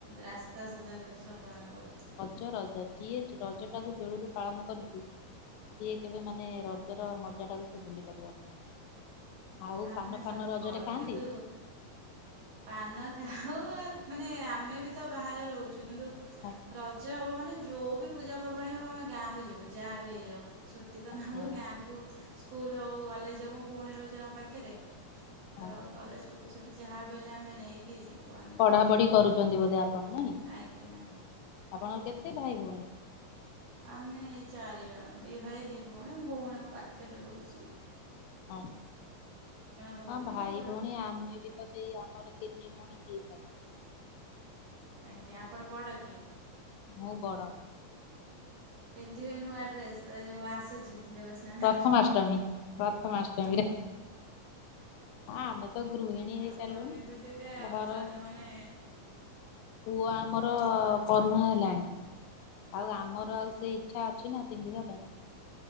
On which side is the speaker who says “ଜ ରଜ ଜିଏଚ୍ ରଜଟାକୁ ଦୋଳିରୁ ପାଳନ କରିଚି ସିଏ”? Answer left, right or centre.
Left